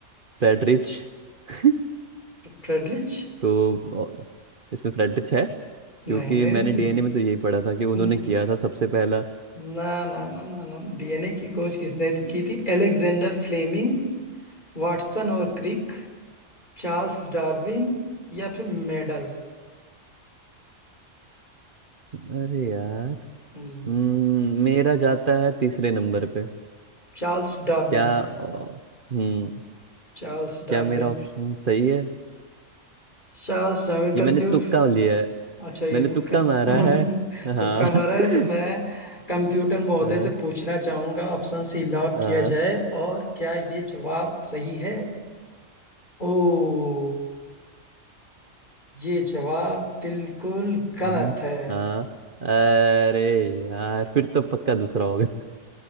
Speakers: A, on the right; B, on the left.
A: फ्रेडरिच <laughs>
B: फ्रेडरिच
A: तो अ, इसमें फ्रेडरिच है
B: नहीं
A: क्योंकि मैंने डीएनए में तो यही पढ़ा था कि उन्होंने
B: नहीं
A: किया था सबसे पहला
B: ना ना ना ना ना डीएनए की खोज किसने
A: हम्म
B: की थी एलेक्जेंडर फ्लेमिंग वाटसन और क्रिक चार्ल्स डार्विन या फिर मेडल
A: अरे यार
B: हम्म,
A: हम्म मेरा जाता है तीसरे नंबर पे
B: Charles Darwin
A: क्या अ, हम्म
B: Charles Darwin
A: क्या मेरा ऑप्शन सही है
B: Charles Darwin
A: ये
B: computer
A: मैंने तुक्का लिया है
B: अच्छा ये
A: मैंने
B: तुक्का
A: तुक्का मारा
B: <laughs>
A: है हाँ
B: तुक्का मारा
A: <laughs>
B: है तो मैं कंप्यूटर महोदय
A: हाँ
B: से पूछना चाहूंगा ऑप्शन सी लॉक
A: हाँ
B: किया जाए और क्या ये जवाब सही है ओ ये जवाब बिल्कुल गलत
A: हम्म,
B: है
A: हाँ अरे यार फिर तो पक्का दूसरा होगा